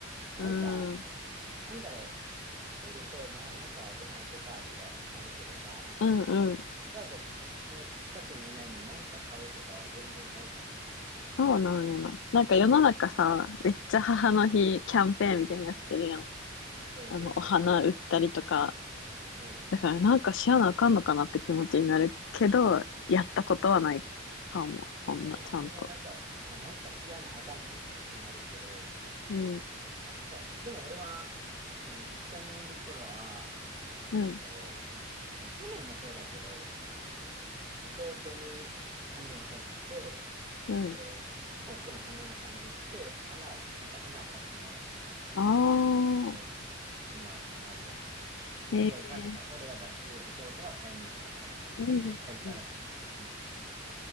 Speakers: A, on the right; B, on the left.
A: なんか、
B: うん、うん
A: なんだろう、おると、まあなんかご飯行こうかとかなるけどさ、
B: うん
A: ただね、近くにいないのになんか買うとかは全然ないかな。
B: そうなんよな。なんか世の中さ、めっちゃ母の日キャンペーンみたいになってるやん。
A: そうそうそ
B: あの、お花売ったりとか。
A: う。うん。
B: だからなんかしやなあかんのかなって気持ちになるけど、やったことはないかも。そんな、
A: わかる。
B: ちゃんと。
A: 俺もなんか、あ、なんかしやなあかんっていう気持ちになるけど、
B: うん、
A: なんか、でも俺は、その実家にいる頃は、
B: うん、
A: えっと、まあ、去年もそうだけど、お弟にお金を渡して、えっと、
B: うん。
A: 近くの花屋さんに行って、花を、なんか花を買ってもらっ、あの、
B: ああ、
A: そう買ってもらったな、弟に。んで、
B: ええ
A: お金は俺が出す、弟は買いに行く係みたいな。
B: うん、
A: で、
B: うんうん。
A: 二人から母の日っていう。